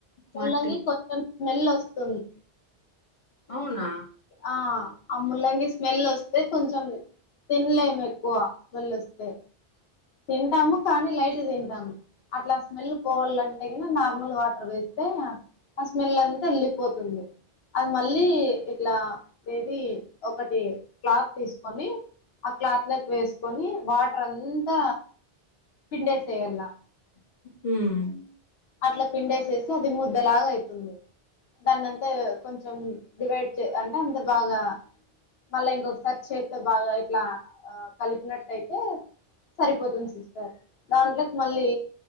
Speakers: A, on the left; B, on the left.
A: ముల్లంగి
B: వట్టి
A: కొంచెం స్మెల్ వస్తుంది
B: అవునా
A: ఆ ఆ ముల్లంగి స్మెల్ వస్తే కొంచెం తిన్లేము తక్కువ స్మెల్ వస్తే తింటాము కానీ లైట్ తింటాము అట్లా స్మెల్ పోవాలంటే కిన నార్మల్ వాటర్ వేస్తే ఆ స్మెల్ అంతా ఎళ్లిపోతుంది అది మళ్ళీ ఇట్లా ఏది ఒకటి క్లాత్ తీసుకొని ఆ క్లాత్ లోక్ వేసుకొని వాటర్ త పిండేసెయ్యలా
B: హ్మ్
A: అట్ల పిండేసేసి అది ముద్దలాగైతుంది దాన్నంతా కొంచెం డివైడ్ చే అంత బాగా మళ్ళా ఇంకొక సార్ చేత్తో బాగా ఇట్లా ఆ కలిపినట్టయితే సరిపోతుంది సిస్టర్ దాంట్లోకి మళ్ళీ